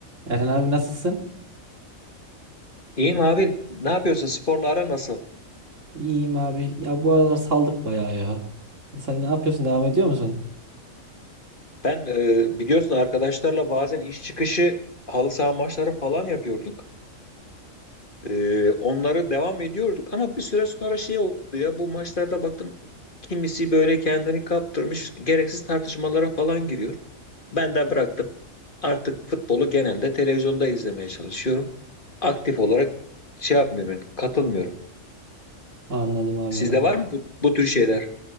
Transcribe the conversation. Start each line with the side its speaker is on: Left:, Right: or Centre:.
Right: Erhan abi nasılsın?
Left: İyiyim abi. Ne yapıyorsun? Sporla ara nasıl?
Right: İyiyim abi. Ya bu aralar saldık bayağı ya. Sen ne yapıyorsun? Devam ediyor musun?
Left: Ben e, biliyorsun arkadaşlarla bazen iş çıkışı halı saha maçları falan yapıyorduk. E, onları devam ediyorduk ama bir süre sonra şey oldu ya bu maçlarda baktım kimisi böyle kendini kaptırmış gereksiz tartışmalara falan giriyor. Ben de bıraktım. Artık futbolu genelde televizyonda izlemeye çalışıyorum. Aktif olarak şey yapmıyorum yani, katılmıyorum.
Right: Anladım abi
Left: Sizde
Right: ya.
Left: var mı bu, bu tür şeyler?